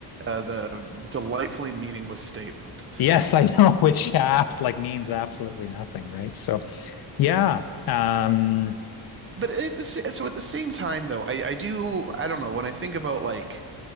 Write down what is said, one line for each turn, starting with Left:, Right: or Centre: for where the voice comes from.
Right: Uh, the delightfully meaningless statement.
Left: Yes, I know, <laughs> which apps like means absolutely nothing, right? So yeah. Um
Right: But at the, so at the same time, though, I I do I don't know when I think about like